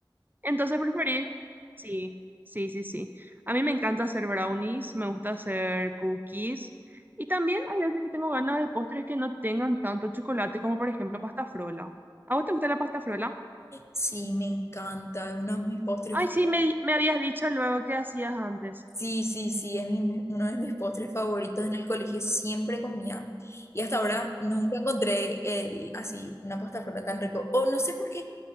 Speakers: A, on the right; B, on the left.
A: Entonces preferí. Sí, sí, sí, sí. A mí me encanta hacer brownies, me gusta hacer cookies. Y también hay veces que tengo ganas de postres que no tengan tanto chocolate, como por ejemplo pasta frola. ¿A vos te gusta la pasta frola?
B: Sí, me encanta, es uno de mis postres.
A: Ay, sí, me, di- me habías dicho luego que hacías antes.
B: Sí, sí, sí, es mi- mi- uno de mis postres favoritos en el colegio, siempre comía. Y hasta ahora nunca encontré el, así una pasta frola tan rico. O no sé por qué